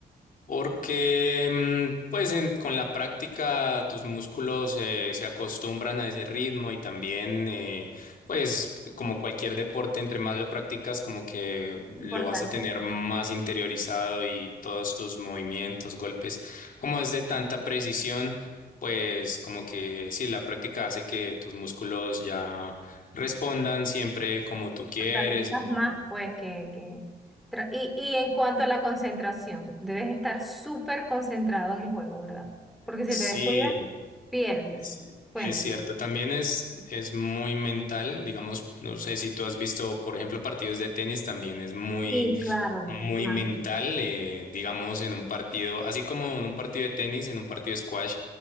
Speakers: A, on the left (about 55°); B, in the centre.
A: Porque mm, pues en- con la práctica tus músculos eh, se acostumbran a ese ritmo y también eh, pues como cualquier deporte, entre más lo practicas como que lo
B: Fortaleces,
A: vas a tener más interiorizado y todos tus movimientos, golpes, como es de tanta precisión, pues como que sí, la práctica hace que tus músculos ya respondan siempre como tú quieres.
B: fortalezas
A: eh,
B: más, pues, que, que... tra- Y, y en cuanto a la concentración, debes estar súper concentrado en el juego, ¿verdad? Porque si
A: Sí,
B: te descuidas, pierdes.
A: Es,
B: Cuenta.
A: es cierto, también es, es muy mental, digamos, no sé si tú has visto, por ejemplo, partidos de tenis, también es muy,
B: Sí, claro,
A: muy
B: claro.
A: mental, eh, digamos, en un partido, así como en un partido de tenis, en un partido de squash,